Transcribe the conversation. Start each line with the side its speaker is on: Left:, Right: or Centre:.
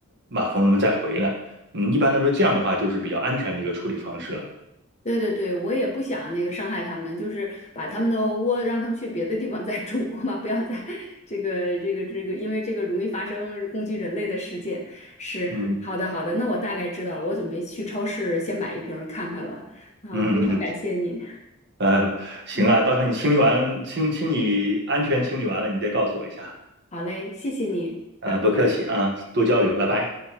Right: 马蜂们再回来。嗯，一般来说，这样的话就是比较安全的一个处理方式了。
Left: 对对对，我也不想那个伤害他们，就是把他们的窝让他们去别的地方再住 <laughs> 嘛，不要在 <laughs> 这个这个这个，因为这个容易发生攻击人类的事件。是，
Right: 嗯
Left: 好的好的，那我大概知道了，我准备去超市先买一瓶儿看看了。啊，
Right: 嗯
Left: 非常感谢你，
Right: <laughs> 呃，行啊，
Left: 嗯，
Right: 到时候你清理完清清理安全清理完了，你再告诉我一下。
Left: 好嘞，谢谢你，
Right: 呃，
Left: 拜拜。
Right: 不客气啊，多交流，拜拜。